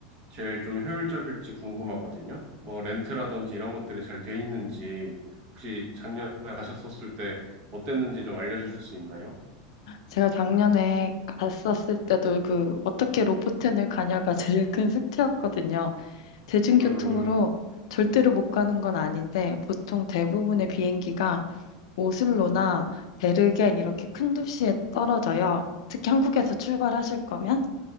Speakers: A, on the right (about 35°); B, on the left (about 75°).
A: 제일 좀 효율적일지 궁금하거든요. 뭐 렌트라든지 이런 것들이 잘 돼 있는지 혹시 작년에 가셨었을 때 어땠는지 좀 알려주실 수 있나요?
B: 제가 작년에 갔었을 때도 그 어떻게 로포텐을 가냐가 <laughs> 제일 큰 숙제였거든요. 대중교통으로
A: 음,
B: 절대로 못 가는 건 아닌데 보통 대부분의 비행기가 오슬로나 베르겐 이렇게 큰 도시에 떨어져요. 특히 한국에서 출발하실 거면.